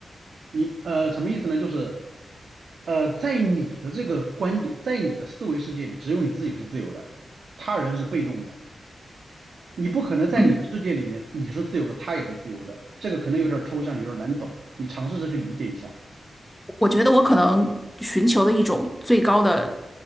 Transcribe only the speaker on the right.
你呃什么意思呢？就是呃在你的这个观点，在你的思维世界里，只有你自己是自由的，他人是被动的。你不可能在你的世界里面你是自由的，
他也是自由的，这个可能有点抽象，有点难懂，你尝试着去理解一下。